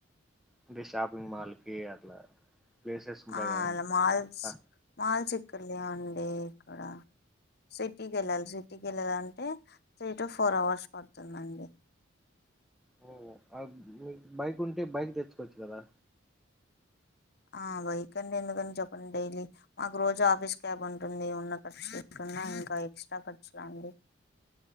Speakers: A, in the centre; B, on the left (about 50°).
A: అంటే షాపింగ్ మాల్కి అట్లా ప్లేసెస్ ఉంటాయి
B: ఆ
A: కదండి
B: అలా మాల్స్
A: ఆ,
B: మాల్స్ ఇక్కడ్లే అండి ఇక్కడ సిటీకి వెళ్ళాలి సిటీకి వెళ్ళాలంటే త్రీ టు ఫోర్ అవర్స్ పడుతుందండి.
A: ఓ అ మీకు బైక్ ఉంటే బైక్ తెచ్చుకోవచ్చు కదా
B: ఆ బైక్ అండి ఎందుకని చెప్పండి డైలీ మాకు రోజు ఆఫీస్ క్యాబ్ ఉంటుంది ఉన్న ఖర్చు తీసుకున్న ఇంకా ఎక్స్ట్రా ఖర్చులాండి.